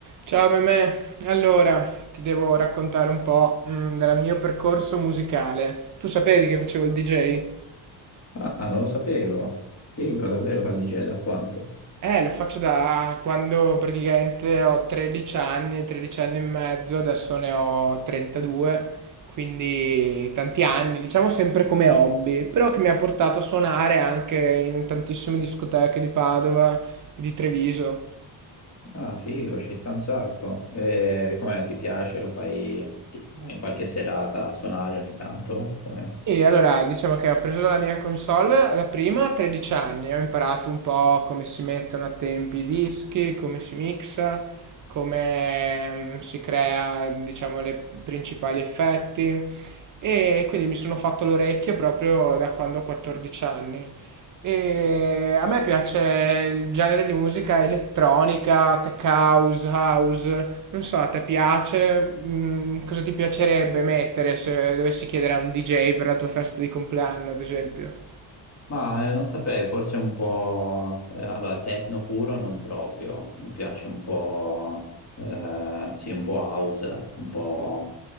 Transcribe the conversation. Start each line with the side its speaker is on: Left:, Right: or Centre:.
Right: Ciao Mimè, allora ti devo raccontare un po' mm, del mio percorso musicale. Tu sapevi che facevo il DJ?
Left: Ah, non lo sapevo. Figo, davvero fa DJ da quanto?
Right: Eh, lo faccio da quando praticamente ho 13 anni, 13 anni e mezzo, adesso ne ho 32, quindi tanti anni, diciamo sempre come hobby, però che mi ha portato a suonare anche in tantissime discoteche di Padova e di Treviso.
Left: Ah, figo, ci sta un sacco. E com'è, ti piace? Lo fai ti- vai in qualche serata a suonare ogni tanto? Com'è?
Right: E allora, diciamo che ho preso la mia console, la prima a 13 anni, ho imparato un po' come si mettono a tempi i dischi, come si mixa, come mm, si crea, diciamo, i principali effetti e quindi mi sono fatto l'orecchio proprio da quando ho 14 anni. E a me piace il genere di musica elettronica, tech house, house. Non so, a te piace? Mm, cosa ti piacerebbe mettere se dovessi chiedere a un DJ per la tua festa di compleanno, ad esempio?
Left: Ma eh, non saprei, forse un po'... eh, allora, techno puro non proprio, mi piace un po'... eh, sì, un po' house, un po'...